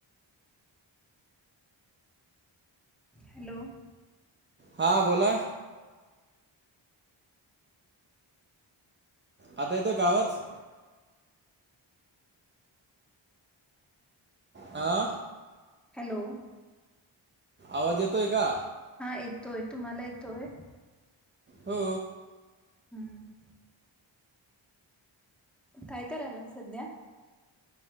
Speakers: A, in the centre; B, on the right.
A: हॅलो
B: हा बोला आता येतोय का आवाज? आा
A: हॅलो
B: आवाज येतोय का?
A: हा येतोय तुम्हाला येतोय?
B: हो
A: हम्म काय करायलाय सध्या?